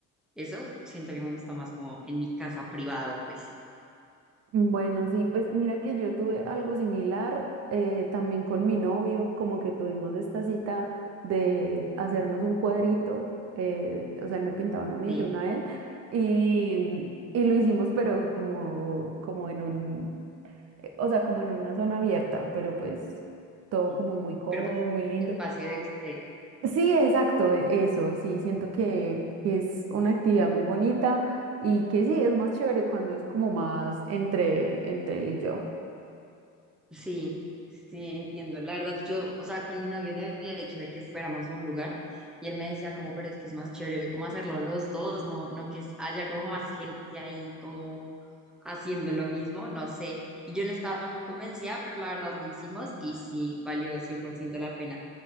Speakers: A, in the centre; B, on the right.
A: eso siento que me gusta más como en mi casa privado, pues.
B: Bueno, sí, pues mira que yo tuve algo similar eh, también con mi novio, como que tuvimos esta cita de hacernos un cuadrito, eh, o sea, él me pintaba uno a mí,
A: Sí.
B: yo uno a él, y, mm, y lo hicimos, pero como, como en un, eh, o sea, como en una zona abierta, pero pues todo
A: sí.
B: como muy cómodo,
A: Pero pues,
B: muy lindo.
A: espacio de ustedes.
B: Sí, exacto, e- eso, sí, siento que, que es una actividad muy bonita y que sí, es más chévere cuando es como más entre, entre él y yo.
A: Sí, sí, entiendo. La verdad, yo, o sea, con mi novio le había dicho de que fuéramos a un lugar y él me decía como, pero es que es más chévere como hacerlo los dos, no, no que haya como más gente ahí como haciendo lo mismo, no sé. Y yo no estaba muy convencida, pero la verdad lo hicimos y sí, valió 100% la pena.